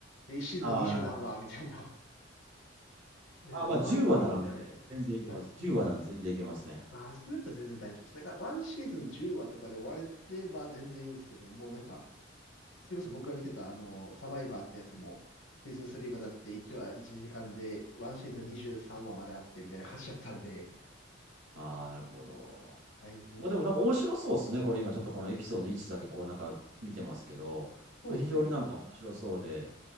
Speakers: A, on the left; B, on the right.
A: で、1シーズン20何話みたいな。
B: ああ、なるほど。
A: <laughs> え、なんか終わんねえじゃん、
B: あー、まあ10話なので、
A: みたいな。
B: 全然いけます。
A: はい。
B: 10話なんで全然いけますね。
A: ああ、それだったら全然大丈夫です。なんか、1シーズン10話とかで終われれば全然いいんですけど、もうなんか、それこそ僕が見てた、あの、サバイバーってやつも、シーズン3まであって、1話1時間で、1シーズン23話まであって、みたいな感じだったんで、
B: ああ、なるほど。
A: だいぶ、
B: まあでもなんか面白そうですね。これ今ちょっとこのエピソード1だけこうなんか見てますけど、
A: そうですね、
B: まあ非常になんか面白そうで、
A: 結構